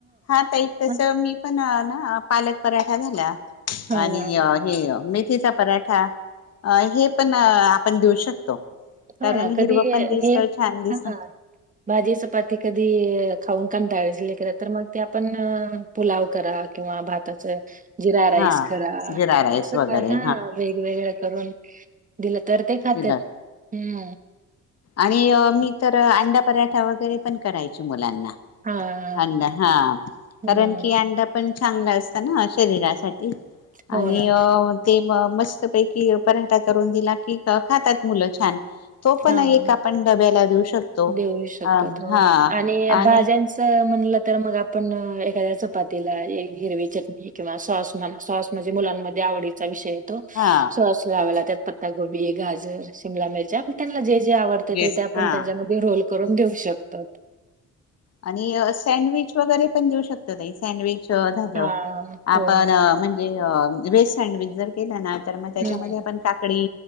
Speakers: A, on the left; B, on the right.
A: हा, ताई तस
B: मग
A: मी पण ना पालक पराठ काय झाल्या?
B: हां.
A: आणि हे मी मेथीचा पराठा. अ हे पण आ. आपण देऊ शकतो.
B: होना
A: कारण
B: कधी
A: हिरवं
B: हे,
A: पण दिसत छान दिसत
B: ह, भाजी चपाती कधी खाऊन कंटाळली असली लेकरं, तर मग ते आपण पुलाव करा किंवा भाताच जिरा राईस
A: हा
B: करा
A: जिरा राईस
B: असं
A: वगैरे
B: काय हा वेगवेगळ करून. दिलं तर ते खात्यात.
A: दिलं
B: हम्म.
A: आणि मी तर अंडा पराठा वगैरे पण करायच मुलांना.
B: हां.
A: अंडा हा
B: हं.
A: कारण की अंडा पण. चांगलं असतं ना शरीरासाठी.
B: हो
A: आणि
B: ना.
A: अ ते मस्तपैकी पराठा करून दिला. की खातात मुलं छान. तो पण
B: हां.
A: एक आपण डब्याला देऊ शकतो,
B: देऊ शकतात
A: अ
B: हो
A: हा
B: ना
A: आणि.
B: भाज्यांचं म्हणलं तर मग आपण एखाद्या चपातीला हिरवी चटणी किंवा सॉस म्हणा सॉस म्हणजे मुलांमध्ये आवडीचा विषय.
A: हा
B: सॉस लावायला त्यात पत्ता गोबी, गाजर, शिमला मिरच्या त्यांना द्यायची. जे आवडतय
A: येस
B: ते आपण
A: हा
B: त्यांच्यामध्ये रोल करून देऊ शकतात.
A: आणि सँडविच वगैरे पण देऊ शकतो ताई, सँडविच त झाल
B: हा हो
A: आपण
B: ना
A: म्हणजे. ते म्हणजे व्हेज सँडविच जर केला ना. तर मग त्याच्यामध्ये
B: हम्म
A: आपण काकडी.